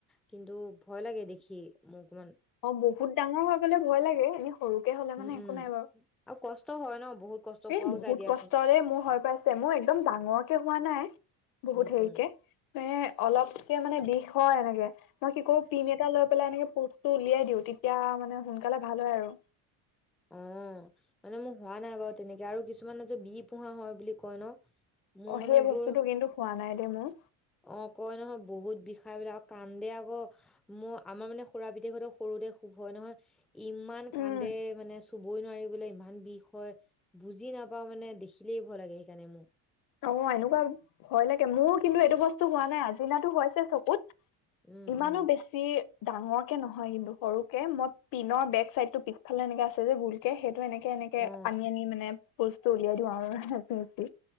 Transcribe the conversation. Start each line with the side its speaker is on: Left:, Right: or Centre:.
Centre: কিন্তু ভয় লাগে দেখি মোৰ কিমান।
Left: অ' বহুত ডাঙৰ হৈ গ'লে ভয় লাগে, এনে সৰুকে হ'লে
Centre: উম
Left: মানে
Centre: উম
Left: একো নাই বাৰু।
Centre: আৰু কষ্ট হয় ন বহুত কষ্ট
Left: এই
Centre: পোৱাও
Left: বহুত
Centre: যায় দিয়াচোন
Left: কষ্টৰে মোৰ হৈ পাইছে, মোৰ একদম ডাঙৰকে হোৱা নাই বহুত
Centre: উম
Left: হেৰিকে।
Centre: উম
Left: এ, অলপকে মানে বিষ হয় এনেকে, মই কি কৰোঁ পিন এটা লৈ পেলাই এনেকে পূঁজটো উলিয়াই দিওঁ, তেতিয়া মানে সোনকালে ভাল হয় আৰু।
Centre: অ' মানে মোৰ হোৱা নাই বাৰু তেনেকে আৰু কিছুমানে যে বি ফোঁহা হয় বুলি কয় ন'? মোৰ
Left: অ'
Centre: মানে
Left: সেই
Centre: এইবোৰ
Left: বস্তুটো কিন্তু হোৱা নাই দেই মোৰ।
Centre: অ' কয় নহয় বহুত বিষাই বুলি আৰু কান্দে আকৌ। ম আমাৰ মানে খুৰা পিতেকহঁতৰ সৰুতে খুব হয় নহয়, ইমান
Left: উম
Centre: কান্দে। মানে চুবই নোৱাৰি বোলে ইমান বিষ হয়, বুজি নাপাওঁ মানে দেখিলেই ভয় লাগে সেইকাৰণে মোৰ।
Left: অ' এনেকুৱা ভয় লাগে, মোৰ কিন্তু এইটো বস্তু হোৱা নাই, আজিনাতো হৈছে চকুত।
Centre: উম
Left: ইমানো
Centre: উম
Left: বেছ ছি ডাঙৰকে নহয় কিন্তু সৰুকে মই পিনৰ বেক চাইডটো পিছফালে এনেকে আছে যে গোলকে সেইটো এনেকে তেনেকে
Centre: অ
Left: আনি আনি মানে পূঁজটো উলিয়াই দিওঁ আৰু <unintelligible>